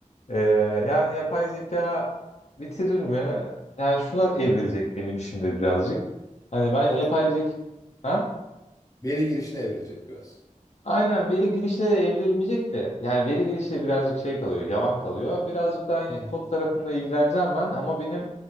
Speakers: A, on the left; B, on the left.
A: Ee, yani yapay zeka bitirir mi? Yani şuna evrilecek benim şimdi birazcık. Hani ben
B: Kod
A: yapay zeka... Ha?
B: veri girişine evrilecek biraz.
A: Aynen veri girişine de evrilmeyecek de. Yani veri girişte birazcık şey kalıyor, yavan kalıyor. Birazcık daha yine
B: Hı
A: kod tarafında ilgileneceğim ben ama benim